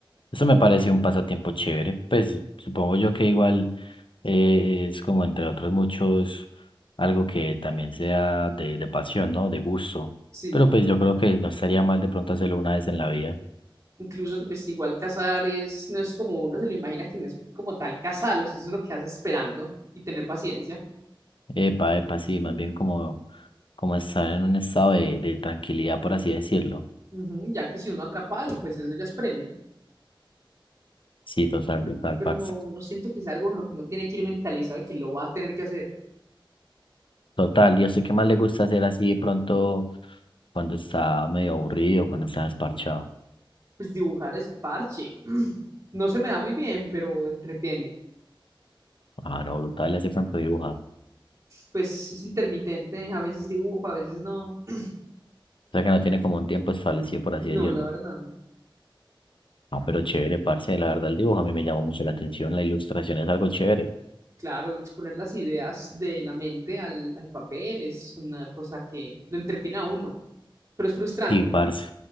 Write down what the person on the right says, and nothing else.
sí,
incluso pues igual cazar es, no es como uno se lo imagina que no es como tal cazarlos, eso es lo que hace esperando y tener paciencia,
Ujú, ya que si uno atrapa algo, pues eso ya es premio
pero
no, no siento que es algo en lo que uno tiene que ir mentalizado de que lo va a tener que hacer.
pues dibujar es parche. <clears throat> No se me da muy bien, pero entretiene.
Pues es intermitente, a veces dibujo, a veces no. <clears throat>
No,
la verdad, no.
Claro, exponer las ideas de la mente al, al papel es una cosa que lo entretiene a uno, pero es frustrante.